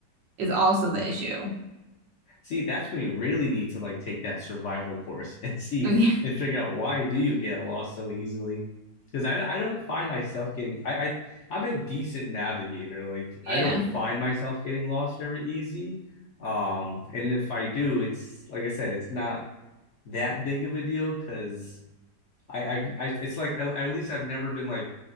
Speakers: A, on the right; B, on the left.
A: is also the issue.
B: <laughs> see, that's when you really need to like take that survival course <laughs> and
A: <laughs>
B: see
A: I,
B: and figure out why do you get lost so easily. Because I, I don't find myself getting I, I I'm a decent navigator. Like
A: yeah.
B: I don't find myself getting lost very easy. Um, and if I do, it's like I said, it's not that big of a deal because I, I've I, it's like at, least I've never been like